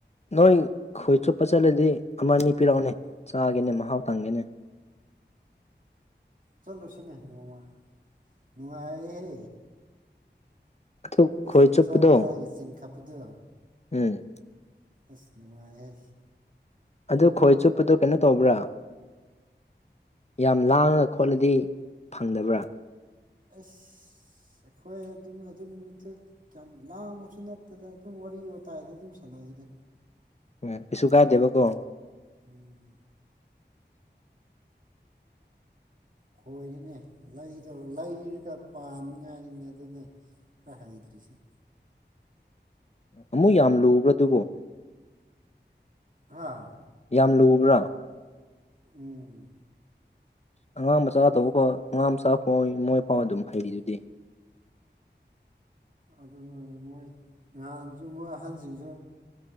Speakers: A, on the left (about 35°); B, on the right (about 45°).
A: ꯅꯣꯏ ꯈꯣꯏ ꯆꯨꯞꯄ ꯆꯠꯂꯗꯤ ꯑꯃ ꯑꯅꯤ ꯄꯤꯔꯛꯑꯣꯅꯦ ꯆꯥꯒꯦꯅꯦ ꯃꯍꯥꯎ ꯇꯪꯒꯦꯅꯦ
B: ꯆꯠꯂꯨꯁꯤꯅꯦ ꯅꯣꯡꯃ ꯅꯨꯡꯉꯥꯏ ꯍꯦ
A: ꯑꯗꯨ
B: ꯑꯁ
A: ꯈꯣꯏ
B: ꯃꯁꯥ
A: ꯆꯨꯞꯄꯗꯣ
B: ꯃꯁꯥꯒꯤ ꯆꯤꯡ ꯈꯞꯄꯗꯣ
A: ꯎꯝ
B: ꯑꯁ ꯅꯨꯡꯉꯥꯏꯍꯦ
A: ꯑꯗꯨ ꯈꯣꯏ ꯆꯣꯞꯄꯗꯨ ꯀꯩꯅꯣ ꯇꯧꯕ꯭ꯔꯥ ꯌꯥꯝ ꯂꯥꯡꯉ ꯈꯣꯠꯂꯗꯤ ꯐꯪꯗꯕ꯭ꯔꯥ
B: ꯑꯁ ꯑꯩꯈꯣꯏ ꯑꯗꯨꯝ ꯑꯗꯨ ꯅꯨꯃꯤꯠꯇꯨ ꯌꯥꯝ ꯂꯥꯡꯕꯁꯨ ꯅꯠꯇꯦꯗ ꯑꯗꯨꯝ ꯋꯥꯔꯤ ꯋꯥꯇꯥꯏꯗꯤ ꯑꯗꯨꯝ ꯁꯥꯟꯅꯩꯗ
A: ꯎꯝ ꯀꯩꯁꯨ ꯀꯥꯗꯦꯕꯀꯣ꯫
B: ꯎꯝ ꯈꯣꯏꯔꯤꯅꯦ ꯂꯩꯗꯣ ꯂꯩꯔꯒ ꯄꯥꯟꯅꯤꯉꯥꯏꯅꯤꯅꯦ ꯑꯗꯨꯅꯦ꯫ <unintelligible> ꯍꯩꯗ꯫ꯔꯤꯁꯤ꯫
A: ꯑꯃꯨꯛ ꯌꯥꯝ ꯂꯨꯕ꯭ꯔꯥ ꯑꯗꯨꯕꯣ
B: ꯍꯥꯥ
A: ꯌꯥꯝ ꯂꯨꯕ꯭ꯔꯥ
B: ꯎꯝ
A: ꯑꯉꯥꯡ ꯃꯆꯥ ꯇꯧꯕ ꯐꯥꯎ ꯑꯉꯥꯡ ꯃꯆꯥ ꯐꯥꯎ ꯃꯣꯏ ꯐꯥꯎ ꯑꯗꯨꯝ ꯍꯩꯔꯤꯗꯨꯗꯤ꯫
B: ꯑꯗꯨꯅꯅꯤ ꯃꯣꯏ ꯉꯍꯥꯟꯁꯨ ꯃꯣꯏ ꯑꯍꯟꯖꯤꯡꯖꯦ